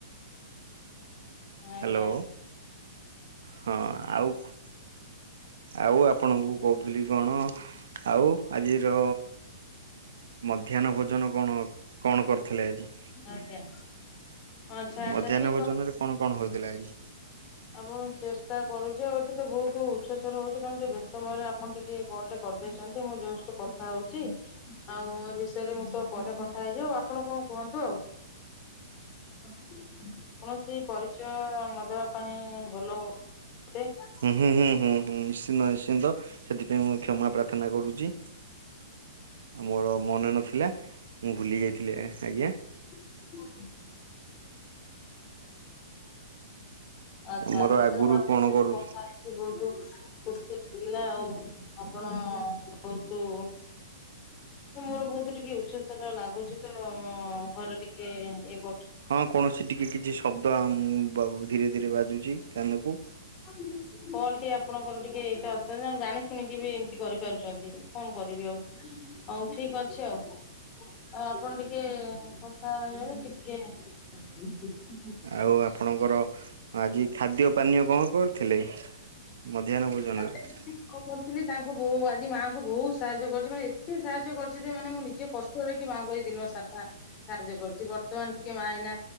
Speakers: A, on the left; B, on the right.
A: ଆଜ୍ଞା
B: ହାଲୋ ହଁ ଆଉ କୁ ଆଉ ଆପଣଙ୍କୁ କହୁଥିଲି କଣ ଆଉ ଆଜିର। ମଧ୍ୟାହ୍ନ ଭୋଜନ କଣ କଣ କରିଥିଲେ ଆଜି।
A: ଆଜ୍ଞା। ଆଚ୍ଛା ଆଚ୍ଛା
B: ମଧ୍ୟାହ୍ନ
A: ଠିକ୍
B: ଭୋଜନ ରେ କଣ କଣ ହୋଈଥିଲା ଆଜି।
A: ଆପଣ ଚେଷ୍ଟା କରୁଛ ଏଠି। ଏତ ବହୁତ ଉଚ ସ୍ବର ହଉଛି କାରଣ ଟିକେ ବ୍ୟସ୍ତ ମୟରେ ଆପଣ ଟିକେ କଲ୍ ଟେ କରିଦେଇଛନ୍ତି ମୁଁ ଯଷ୍ଟ କଥା ହଉଛି। ଆଉ ଏ ବିଷୟରେ ମୁଁ ତ ପରେ କଥା ହେଇଯିବ ଆଉ ଆପଣ କଣ କୁହନ୍ତୁ ଆଉ। କୌଣସି ପରିଚୟ ନଦବା ପାଇଁ ଭଲ ହ <unintelligible>
B: ହୁଁ ହୁଁ ହୁଁ ହୁଁ ହୁଁ ନିଶ୍ଚିନ୍ତ ନିଶ୍ଚିନ୍ତ ସେଥିପାଇଁ ମୁଁ କ୍ଷମା ପ୍ରା ପ୍ରାର୍ଥନା କରୁଛି ଆ ମୋର ମନେ ନଥିଲା। ମୁଁ ଭୁଲି ଯାଇଥିଲି ଆଜ୍ଞା।
A: <unintelligible> ଆଚ୍ଛା
B: ଆମର
A: ଆଚ୍ଛା
B: ଆଗରୁ
A: ତାହେଲେ ମୁ କଥା
B: କଣ କରୁ
A: ହେଇକି ବହୁତ <unintelligible> ଖୁସି ଲାଗିଲା ଆଉ ଆପଣ ବହୁତ ମୋର ବହୁତ ଟିକେ ଉଚସ୍ତର ଲାଗୁଛି ତ ଘରେ ଟିକେ ଏ
B: ହଁ କୌଣସି ଟିକେ କିଛି ଶବ୍ଦ ମୁ ବା ଧୀରେ ଧୀରେ ବାଜୁଚି କାନକୁ।
A: ଆ କଲ ଟି ଆପଣଙ୍କର ଟିକେ ଏଇ ଅଛନ୍ତି ଜାଣି ଶୁଣିକି ବି ଏମିତି କରିପାରୁଛନ୍ତି ଫୋନ କରିବି ଆଉ ହଉ ଠିକ ଅଛି ଆଉ। ଆଉ ଆପଣ ଟିକେ କଥା ହେଇବେ ଟିକେ
B: ଆଉ ଆପଣଙ୍କର ଆଜି ଖାଦ୍ୟ ପାନୀୟ କଣ? କରିଥିଲେ ମଧ୍ୟାହ୍ନ ଭୋଜନରେ।
A: କଣ କରିଥିଲି ତାଙ୍କୁ ବୋ ଆଜି ମାଆଙ୍କୁ ବହୁତ ସାହାଯ୍ୟ କରିଛି ମାନେ ଏତେ ସାହାଯ୍ୟ କରିୁଛି ଯେ ମାନେ ମୁଁ ନିଜେ କଷ୍ଟ ମାଆଙ୍କୁ ଆଜି ଦିନ ସାରା ସାହାଯ୍ୟ କରୁଛି ବର୍ତ୍ତମାନ ଟିକେ ମା ଏଇନା